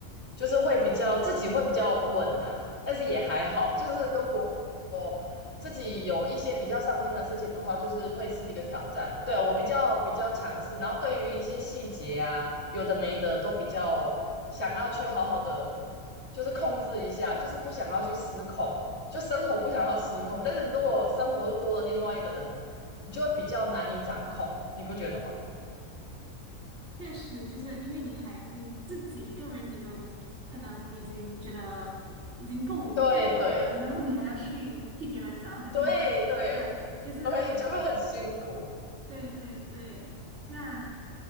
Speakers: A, on the left; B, on the right.
A: 就是会比较自己会比较稳啊。但是也还好，就是如果自己有一些比较上心的事情的话，就是会是一个挑战。对，我比较比较强势，然后对于一些细节啊，有的没的都比较想要去好好的，就是控制一下，就是不想要去失控，就生活不想要失控。但是如果生活又多了另外一个人，你就会比较难以掌控，你不觉得吗？
B: 确实，就是因为你还你自己一个人，你都可能已经觉得已经够够烦了，
A: 对对
B: 然后你还要去替别人着想，
A: 对对
B: 这样这样就是。
A: 对，就会很辛苦。
B: 对对对，那